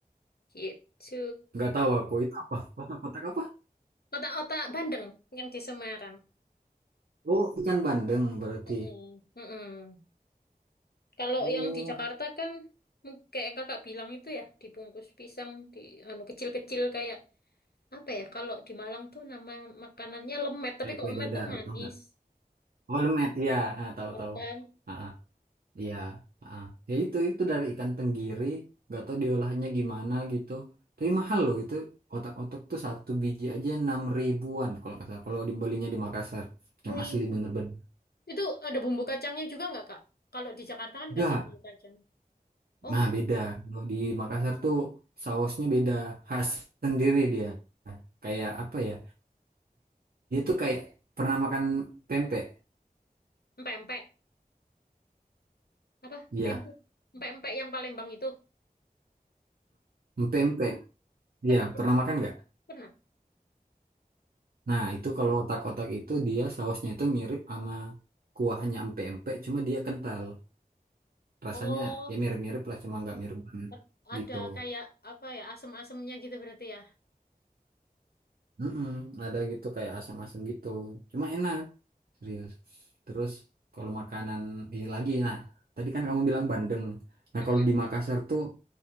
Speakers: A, on the left; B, on the right.
A: Gitu.
B: Nggak tahu aku itu apa? Otak-otak apa?
A: Otak-otak bandeng yang di Semarang.
B: Oh, ikan bandeng berarti.
A: Mm-mm, mm-mm. Kalau
B: Oh,
A: yang di Jakarta kan mu- kayak yang kakak bilang itu ya dibungkus pisang di anu kecil-kecil kayak apa ya kalau di Malang tuh nama makanannya lemet tapi
B: kayak
A: kok
B: kue
A: lemet
B: dadar.
A: kan manis.
B: Tahu nggak? Holmet ya ah, tahu-tahu
A: Ya kan?
B: ah ah, iya ah. ah. ya itu itu dari ikan tenggiri nggak tahu diolahnya gimana gitu tapi mahal loh itu otak-otak tuh satu biji aja enam ribuan kalau nggak salah kalau dibelinya di Makassar yang
A: Wih.
B: asli bener-bener
A: Itu ada bumbu kacangnya juga nggak, Kak? Kalau di Jakarta kan
B: enggak
A: kasih bumbu kacang. Oh,
B: nah
A: enggak.
B: beda kalau di Makassar tuh sausnya beda khas sendiri dia kayak apa ya dia tuh kayak pernah makan pempek
A: Empek-empek. Apa?
B: Iya,
A: Tempe. Empek-empek yang Palembang itu.
B: pempek. Iya,
A: Pernah, pernah.
B: pernah makan nggak?
A: Pernah.
B: Nah, itu kalau otak-otak itu dia sausnya itu mirip sama kuahnya empek-empek, cuma dia kental. Rasanya
A: Oh,
B: ya mirip-mirip lah, cuma nggak mirip banget
A: a- ada
B: gitu.
A: kayak apa ya, asem-asemnya gitu berarti ya.
B: Mm-mm, ada gitu kayak asam-asam gitu. Cuma enak, serius. Terus kalau makanan ini lagi, nah tadi kan kamu bilang bandeng. Nah
A: Mm-mm.
B: kalau di Makassar tuh